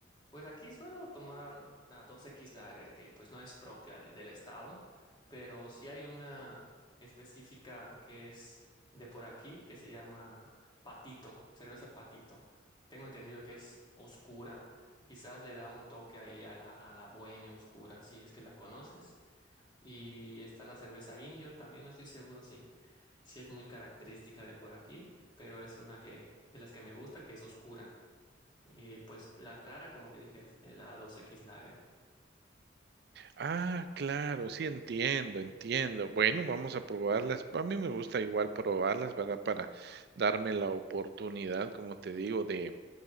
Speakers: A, on the left (about 25°); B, on the right (about 55°).
A: Pues aquí suelo tomar la 2X Lager, que pues no es propia de- del estado, pero sí hay una específica que es de por aquí, que se llama Patito, cerveza Patito. Tengo entendido que es oscura. Quizás le da un toque ahí a la, a la bohemia oscura, si es que la conoces. Y está la cerveza Indio, también no estoy seguro, sí sí es muy característica de por aquí, pero es una que de las que me gusta, que es oscura. Y pues la clara, como te dije, es la 2X Lager.
B: Ah, claro, sí, entiendo, entiendo. Bueno, vamos a probarlas. A mí me gusta igual probarlas, ¿verdad? Para darme la oportunidad, como te digo, de